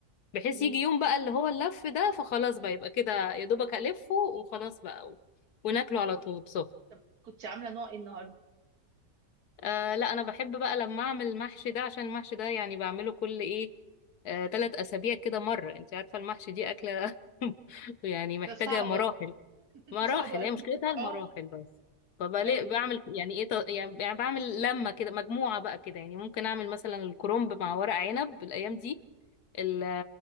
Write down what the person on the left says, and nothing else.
بحيث
يجي يوم بقى اللي هو اللف ده فخلاص بقى يبقى كده يا دوبك ألفه وخلاص بقى و- وناكله على طول سخن
آه لا أنا بحب بقى لما أعمل المحشي ده عشان المحشي ده يعني بعمله كل إيه آه تلات أسابيع كده مرة أنت عارفة المحشي دي أكلة <laughs> يعني محتاجة
مراحل
مراحل
هي مشكلتها المراحل
بس فبلاقي
بعمل يعني ايه ط- يعني يعني بعمل لمة كده مجموعة بقى كده يعني ممكن اعمل مثلا الكرنب مع ورق عنب الايام دي ال-